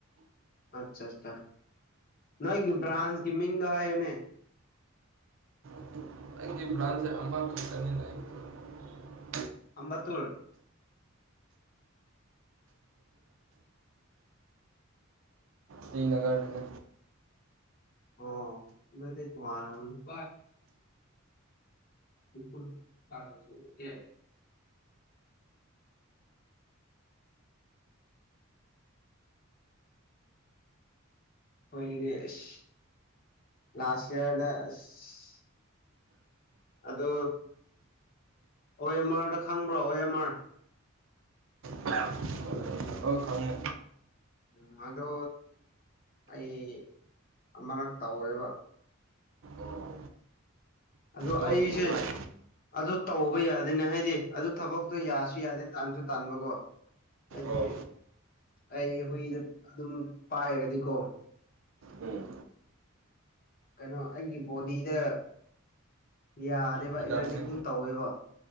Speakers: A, on the left (about 45°); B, on the right (about 65°).
A: ꯑꯆꯥ ꯑꯆꯥ ꯅꯣꯏꯒꯤ ꯕ꯭ꯔꯥꯟꯁꯀꯤ ꯃꯤꯡꯗꯣ ꯍꯥꯏꯕꯅꯤ
B: <unintelligible>
A: <unintelligible> <inaudible>
B: ꯁ꯭ꯔꯤꯅꯒꯔ <unintelligible>
A: ꯑꯣ ꯑꯗꯨꯗꯤ ꯇꯣꯉꯥꯜꯂꯝꯅꯤ <unintelligible> <unintelligible> ꯑꯩꯈꯣꯏꯒꯤꯗꯤ ꯑꯁ ꯂꯥꯁ ꯌꯔꯗ ꯑꯁ ꯑꯗꯨ ꯑꯣ ꯑꯦꯝ ꯑꯥꯔꯗꯨ ꯈꯪꯕ꯭ꯔꯣ ꯑꯣ ꯑꯦꯝ ꯑꯥꯔ
B: <unintelligible> ꯑꯧ ꯈꯪꯉꯦ
A: ꯎꯝ ꯑꯗꯣ ꯑꯩ ꯑꯃꯔꯛ ꯇꯧꯋꯦꯕ
B: ꯑꯣ
A: ꯑꯗꯣ
B: ꯂꯣꯟ
A: ꯑꯩꯁꯦ
B: ꯅꯨꯡꯉꯥꯏ
A: ꯑꯗꯨ ꯇꯧꯕ ꯌꯥꯗꯦꯅꯦ ꯍꯥꯏꯗꯤ ꯑꯗꯨ ꯊꯕꯛꯇꯣ ꯌꯥꯁꯨ ꯌꯥꯗꯦ ꯇꯟꯁꯨ ꯇꯟꯕꯀꯣ ꯍꯥꯏꯗꯤ
B: ꯑꯣ
A: ꯑꯩ ꯍꯨꯏꯗ ꯑꯗꯨꯝ ꯄꯥꯏꯔꯗꯤꯀꯣ
B: ꯎꯝ
A: ꯀꯩꯅꯣ ꯑꯩꯒꯤ ꯕꯣꯗꯤꯗ ꯌꯥꯗꯦꯕ
B: ꯅꯨꯡꯗꯥꯡꯁꯦ
A: ꯑꯦꯂꯔꯖꯤꯛ ꯑꯗꯨꯝ ꯇꯧꯋꯦꯕ